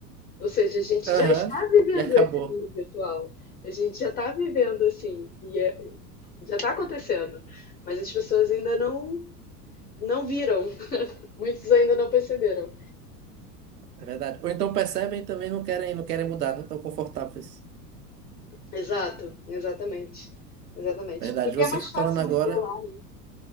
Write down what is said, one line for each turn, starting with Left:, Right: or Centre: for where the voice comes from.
Left: Ou seja, a gente
Right: Aham.
Left: já está vivendo
Right: E acabou.
Left: esse mundo virtual. A gente já está vivendo assim, e é- já está acontecendo, mas as pessoas ainda não não viram, <laughs> muitos ainda não perceberam.
Right: É verdade. Ou então percebem e também não querem, não querem mudar, não estão confortáveis.
Left: Exato, exatamente, exatamente.
Right: Verdade.
Left: Porque
Right: Você
Left: é mais
Right: falando
Left: fácil
Right: agora,
Left: viver lá, né?